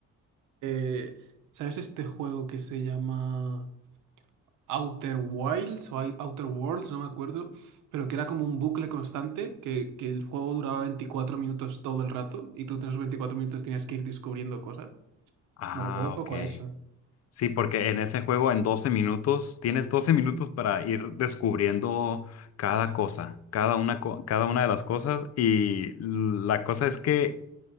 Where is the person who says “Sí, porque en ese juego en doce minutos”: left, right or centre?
Left